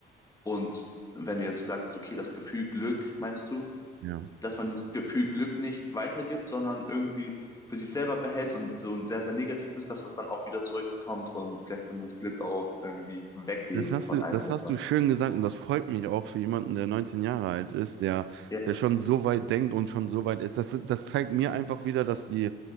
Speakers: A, on the left; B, on the right.
A: und wenn du jetzt gesagt hast, okay, das Gefühl Glück, meinst du,
B: Ja.
A: dass man dieses Gefühl Glück nicht weitergibt, sondern irgendwie für sich selber behält und so ein sehr, sehr negativ ist, dass das dann auch wieder zurückkommt und vielleicht dann das Glück auch irgendwie weggeht
B: Das hast
A: von
B: du,
A: einem
B: das
A: selber.
B: hast du schön gesagt und das freut mich auch für jemanden, der 19 Jahre alt ist, der,
A: Ja,
B: der schon so weit denkt und schon so weit ist. Das, das zeigt mir einfach wieder, dass die,